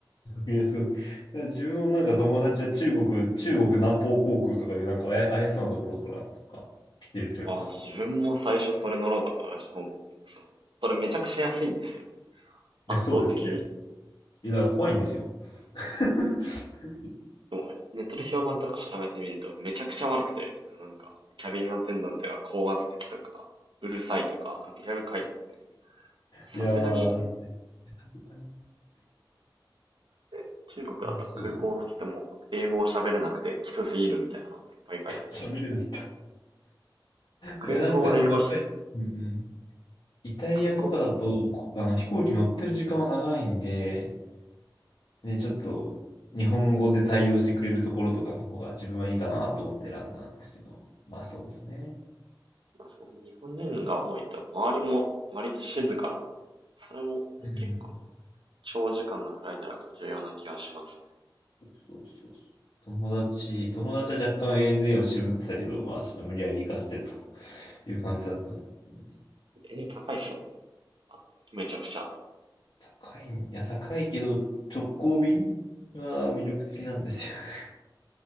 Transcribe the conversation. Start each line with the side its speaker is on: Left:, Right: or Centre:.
Left: えすごい。だから自分のなんか友達は中国、中国南方航空とかいうなんかあや、怪しそうなところからなんか来てる人いますよ。
Right: た。ああ、自分も最初それ乗ろうかと思いました。ほん、そう。それめちゃくちゃ安いんですよ。
Left: いや、
Right: 圧倒的に。
Left: そうですね。いや、だから怖いんですよ。<laughs>
Right: もうネットで評判とか調べてみると、めちゃくちゃ悪くて、なんか、キャビンアテンダントは高圧的とか、うるさいとか、いろいろ書いてある。さすがに、
Left: いやー、なんかね、
Right: ね中国だと空港の人も英語を喋れなくてきつすぎるみたいなのもいっぱい書いてあって。
Left: いや、そう、喋れないん
Right: いや空港で英語し、
Left: いや、なんかでもやっぱり、うんうん。イタリアとかだと、
Right: 空港に、
Left: こあの、飛行機乗ってる時間は長いんで、ね、ちょっと、日本語で対応してくれるところとかの方が自分はいいかなと思って選んだんですけど、まあそうですね。
Right: まあ、日本人が多いと、周りも割と静かなんで、それも結構、
Left: うん
Right: 長時間のフライトだと重要な気がしますね。
Left: そうそうそう。友達、友達は若干 ANA を渋ってたけど、まあちょっと無理やり行かせてという感じだったんだよね。
Right: え、高いっすもんね。めちゃくちゃ。
Left: 高いん、いや高いけど直行便は魅力的なんですよ <laughs>